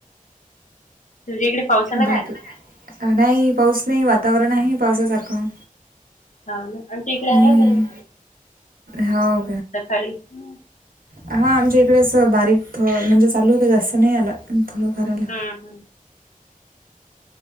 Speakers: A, on the left (about 60°); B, on the right (about 85°).
A: तुझ्या इकडे पावसाला
B: बाकी
A: काय?
B: नाही पाऊस नाही वातावरण आहे पावसासारखं
A: हा म आमच्या इकडे
B: हम्म.
A: आला जसा
B: हो
A: सकाळी ह
B: हा आमच्या इकडेच बारीक अ म्हणजे चालू होत जास्त नाही आला थोडंफार आला
A: हम्म हम्म